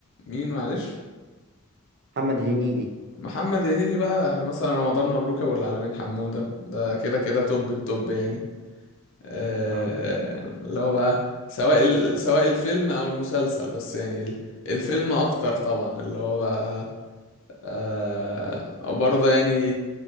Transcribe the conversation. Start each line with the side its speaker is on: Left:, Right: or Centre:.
Left: مين معلش
Right: محمد هنيدي
Left: محمد هنيدي بقى مثلا رمضان مبروك ابو العالمين حمودة ده كده كده توب التوب يعني آه،
Right: اه
Left: اللي هو بقى سواء ال... سواء الفيلم او المسلسل بس يعني ال- الفيلم اكتر طبعا اللي هو بقى آه، برضه يعني